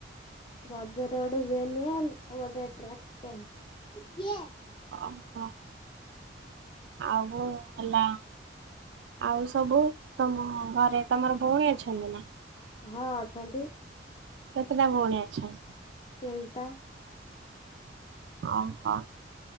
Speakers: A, on the left; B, on the right.
A: ରଜରେ ଗୋଟେ ବେନୀୟାନ୍ ଆଉ ଗୋଟେ ଟ୍ରାକ୍ସ୍ ପେଣ୍ଟ୍।
B: ଓ ହୋ ଆଉ ହେଲା ଆଉ ସବୁ ତମ ଘରେ ତମର ଭଉଣୀ ଅଛନ୍ତି ନା?
A: ହଁ ଅଛନ୍ତି।
B: କେତେଟା ଭଉଣୀ ଅଛନ୍ତି?
A: ତିନିଟା।
B: ଅ ହଁ।